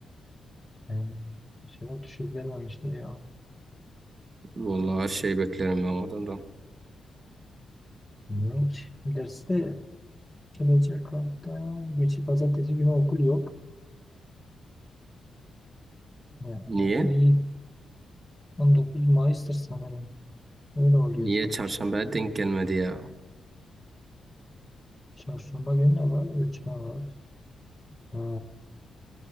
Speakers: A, on the left (about 20°); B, on the right (about 40°).
A: yani, inşallah düşük vermemiştir ya.
B: Vallahi her şey beklerim ben o adamdan.
A: Bilmiyorum ki. Derste gelecek hafta geçip pazartesi günü okul yok. Ha,
B: Niye?
A: iyi. 19 Mayıs'tır sanırım. Öyle oluyor
B: Niye
A: sanki.
B: çarşambaya denk gelmedi ya?
A: Çarşamba günü ne var? Ölçme var. Ha,